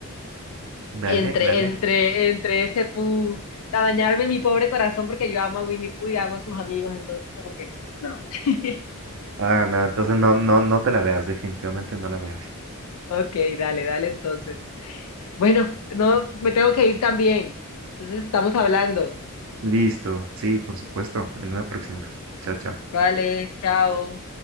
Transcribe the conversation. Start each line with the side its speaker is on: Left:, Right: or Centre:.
Right: Dale,
Left: Entre,
Right: dale.
Left: entre, entre ese pu, a dañarme mi pobre corazón, porque yo amo a Winnie Pooh y amo a sus amigos, entonces como que, no. <laughs>
Right: Ah, no, entonces no, no, no te la veas, definitivamente no la veas.
Left: Ok, dale, dale entonces. Bueno, no, me tengo que ir también. Entonces estamos hablando.
Right: Listo, sí, por supuesto, en una próxima. Chao, chao.
Left: Vale, chao.